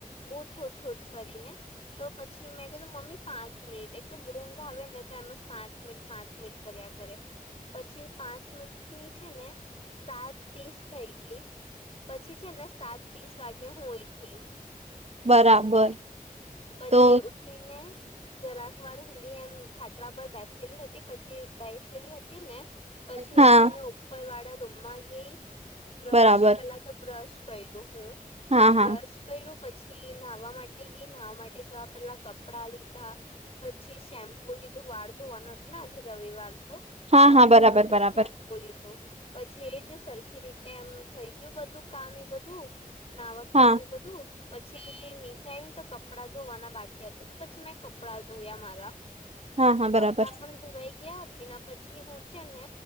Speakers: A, on the left; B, on the right.
A: ઉઠ ઉઠ ઉઠ કરીને. તો પછી મેં કીધું મમ્મી પાંચ મિનિટ એક તો બઉ ઊંઘ આવે ને તો એમાં પાંચ મિનિટ પાંચ મિનિટ કર્યા કરે. પછી પાંચ મિનટ ની છે ને. સાત ત્રીસ થઈ ગઈ પછી છે ને સાત ત્રીસ વાગે હું ઊઠી.
B: બરાબર
A: પછી
B: તો
A: ઉઠી ને જરાક વાર સુધી એમ ખાટલા પર બેસેલી હતી પછી બેસેલી હતી ને પછી
B: હા
A: ઉઠીને ઉપર વાળા રૂમમાં ગઈ. બ્રશ
B: બરાબર
A: પેલા તો બ્રશ કર્યું હું
B: હા હા
A: બ્રશ કર્યો પછી નાહવા માટે ગઈ. નાવા માટે જવા પેલા કપડા લીધા પછી શેમ પુ લીધું વાળ ધોવાનું હતું ને આજે રવિવાર તો
B: હા
A: વાળ
B: હા બરાબર
A: ધોવા માટે
B: બરાબર
A: શેમ્પ બોલી તો પછી એજ સરખી રીતે એમ થઈ ગયું બધું કામ એ બધું. નાવા ધોવાનું
B: હા
A: એ બધું પછી નીચે આઇવિ નેતો કપડા ધોવાના બાકી હતા તો પછી મેં કપડા ધોયા મારા
B: હા હા બરાબર
A: કપડાં પણ ધોવાઈ ગયા એના પછી હું છે ને